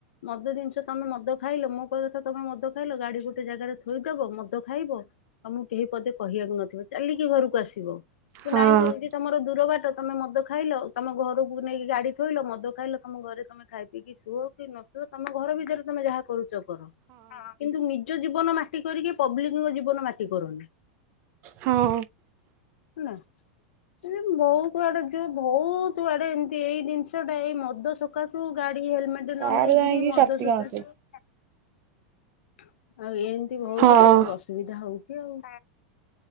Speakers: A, on the left (about 80°); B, on the right (about 30°).
A: ମଦ ଜିନିଷ ତମେ ମଦ ଖାଇଲ ମୋ କହିବା କଥା ତମେ ମଦ ଖାଇଲ ଗାଡି ଗୋଟେ ଜାଗାରେ ଥୋଇଦବ ମଦ ଖାଇବ। ତମକୁ କେହି ପଦେ କହିବାକୁ ନଥିବେ ଚାଲିକି ଘରକୁ ଆସିବ। କି
B: ହଁ
A: ନାଇଁ ଯଦି ତମର ଦୂର ବାଟ ତମେ ମଦ ଖା ଖାଇଲ ତମେ ଘରକୁ ନେଇକି ଗାଡି ଥୋଇଲ ମଦ ଖାଇଲ ତମ ଘରେ ତମେ ତମେ ଖାଇ ପିଇକି ଶୁଅ କି ନ ଶୁଅ ତମ ଘର ଭିତରେ ତମେ ଯାହା କରୁଛ କର। ହଁ କିନ୍ତୁ ନିଜ ଜୀବନ ମାଟି କରିକି ପବ୍ଲିକଙ୍କ ଜୀବନ ମାଟି କରନି।
B: ହଁ।
A: ହେଲା ଏମିତି ବହୁତ ଆଡେ ଝିଅ ଭହୁତ ଆଡେ ଏମତି ଏଇ ଜିନି ଟା ଏଇ ମଦ ସକାଶରୁ ଗାଡି ହେଲମେଟ
B: ତାର
A: ନ ନେଇେକିରି
B: ଯାଇକି
A: ମଦ
B: କାର୍ତ୍ତିକ
A: ସକାଶରୁ।
B: ମାସେ।
A: ଆଉ ଏମିତି ବହୁତ
B: ହଁ
A: ଅସୁବିଧା ହଉଛି ଆଉ।